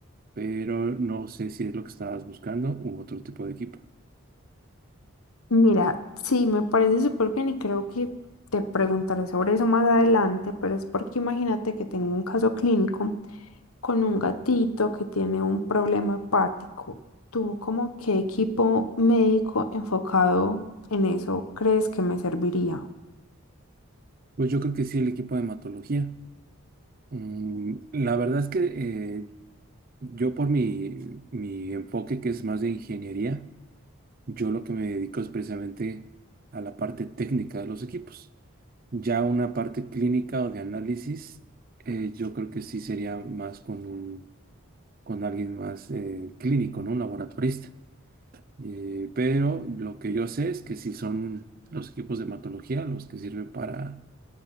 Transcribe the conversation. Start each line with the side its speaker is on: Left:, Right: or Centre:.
Right: Pero no sé si es lo que estabas buscando u otro tipo de equipo.
Left: Mira, sí, me parece súper bien y creo que te preguntaré sobre eso más adelante, pero es porque imagínate que tengo un caso clínico con un gatito que tiene un problema hepático. ¿Tú como qué equipo médico enfocado en eso crees que me serviría?
Right: Pues yo creo que sí, el equipo de hematología. Mm, la verdad es que eh, yo por mi, mi enfoque que es más de ingeniería, yo lo que me dedico es precisamente a la parte técnica de los equipos. Ya una parte clínica o de análisis, eh, yo creo que sí sería más con un, con alguien más eh, clínico, ¿no? Un laboratorista. Eh, pero lo que yo sé es que sí son los equipos de hematología los que sirven para,